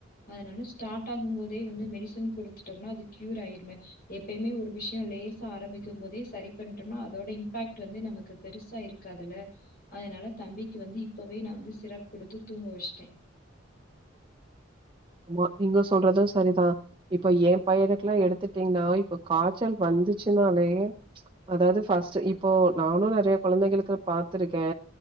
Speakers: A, on the left; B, on the right.
A: அதுனால ஸ்டார்ட் ஆகும் போதே வந்து மெடிசன் குடுத்துட்டோம்னா அது க்யூர் ஆயிரும எப்பய்மே ஒரு விஷ்யொ லேசா ஆரம்பிக்கும் போதே சரி பண்டொம்னா அதோட இம்பாக்ட் வந்து நமக்கு பெருசா இருக்காதுல அதனால தம்பிக்கு வந்து இப்பவே நா வந்து சிரப் குடுத்து தூங்க வச்டே
B: ஆமா நீங்க சொல்றது சரிதா இப்ப எ பையனுக்லா எடுத்துட்டீங்னா இப்ப காச்சல் வந்துச்சுன்னாலே அதாவ்து ஃபஸ்ட்டு இப்போ நானு நறைய கொழந்தைகளுக்கு பாத்துருக்கே